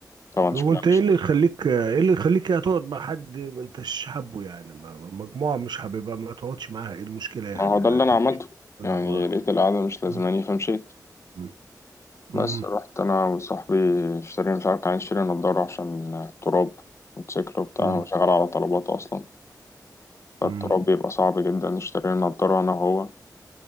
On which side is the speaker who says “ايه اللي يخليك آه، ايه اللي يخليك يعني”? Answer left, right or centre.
Right